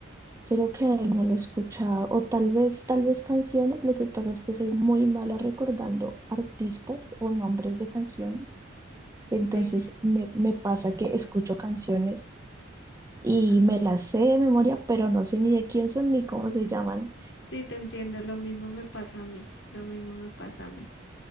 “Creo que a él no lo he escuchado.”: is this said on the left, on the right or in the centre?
Right